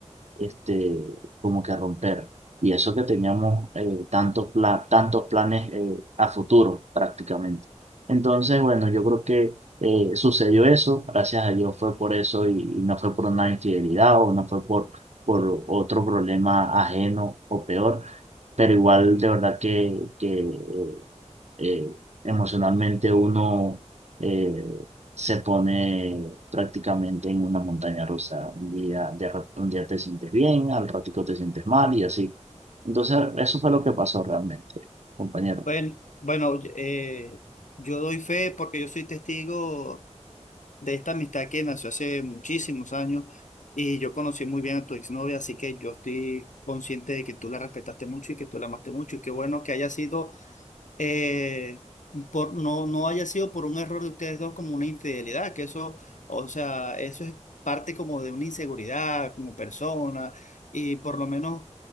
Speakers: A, on the right; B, on the left.
A: este, como que romper. Y eso que teníamos eh, tantos, pla- tantos planes eh, a futuro prácticamente. Entonces, bueno, yo creo que eh, sucedió eso, gracias a Dios fue por eso y, y no fue por una infidelidad o no fue por, por otro problema ajeno o peor, pero igual de verdad que, que eh, eh, emocionalmente uno eh, se pone prácticamente en una montaña rusa. Un día, de ra- un día te sientes bien, al ratico te sientes mal y así. Entonces, eso fue lo que pasó realmente, compañero.
B: Bueno, bueno, eh, yo doy fe porque yo soy testigo de esta amistad que nació hace muchísimos años y yo conocí muy bien a tu exnovia, así que yo estoy consciente de que tú la respetaste mucho y que tú la amaste mucho y qué bueno que haya sido eh, por, no, no haya sido por un error de ustedes dos como una infidelidad, que eso, o sea, eso es parte como de una inseguridad como persona y por lo menos